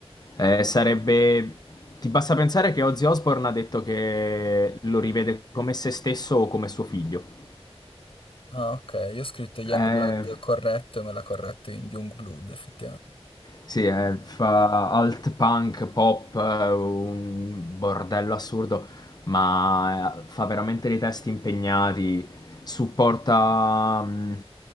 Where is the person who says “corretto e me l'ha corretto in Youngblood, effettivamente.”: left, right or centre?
Left